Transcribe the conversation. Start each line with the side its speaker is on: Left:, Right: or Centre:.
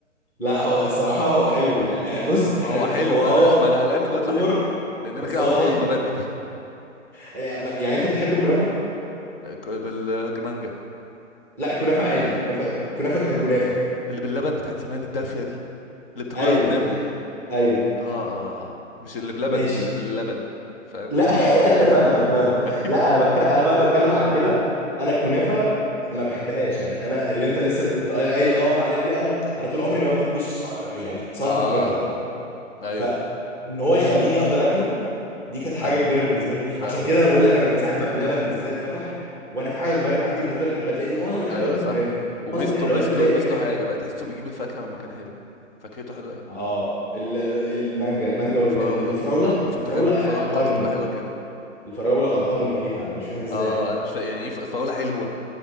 Centre: لا هو الصراحه هو حلو يعني آه، بص احنا
Left: ما هو حلو
Centre: هو اه
Left: انا ما انا قلقان
Centre: هو
Left: انه يطلع
Centre: اوفر
Left: حلو لان انا
Centre: بس
Left: كده
Centre: هو
Left: هبوظ
Centre: حلو
Left: مبادئي
Centre: يعني يعني انت بتحب الكنافه
Left: <laughs> بالجمانجه
Centre: لا الكنافه عادي كنافه كنافه ككنافه
Left: اللي باللبن بتاعت زمان الدافيه دي اللي بتاكلها
Centre: ايوه
Left: وتنام
Centre: إيه، ايوه
Left: اه آه. مش اللي بلبن
Centre: ماشي
Left: اللي باللبن فاهم
Centre: لا
Left: اللي مش تمام ايوه
Centre: <laughs> فاهمك
Left: <laughs>
Centre: فاهمك
Left: أيوة.
Centre: لا انا بك... انا بقى بتكلم على كده انا الكنافه ما بحبهاش يعني انا اللي انت لسه كنت قايل اه عليها دي انا انا طول عمري ما بحبش يعني صنف
Left: اه
Centre: الكنافه ده
Left: ايوه
Centre: فان هو يخليني اقدر اكله دي كانت
Left: فاهمك
Centre: حاجه كبيره بالنسبه لي
Left: فاهمك
Centre: عشان كده انا بقول لك انا من ساعه ما بلبن بالذات فتح وانا في حاجه اتغيرت عندي بالنسبه للحلويات لان معظم الحلويات
Left: ايوه
Centre: بالكنافه
Left: صح وميزته
Centre: معظم الحلويات
Left: ميزته
Centre: بتلاقي
Left: ميزته
Centre: فيها كنافه
Left: حاجه بقى تحسه بيجيب الفاكهه من مكان حلو فاكهته حلوه قوي
Centre: اه ال- المانجا المانجا
Left: والفراوله
Centre: والفراوله
Left: انا ما كنتش
Centre: الفراوله
Left: متخيل ان
Centre: آه،
Left: الفراوله
Centre: ابهرني
Left: بتاعته تبقى حلوه كده
Centre: الفراوله ابهرني فيها انا مش فاهم ازاي
Left: اه انا مش فاهم يعني ايه ف- فراوله حلوه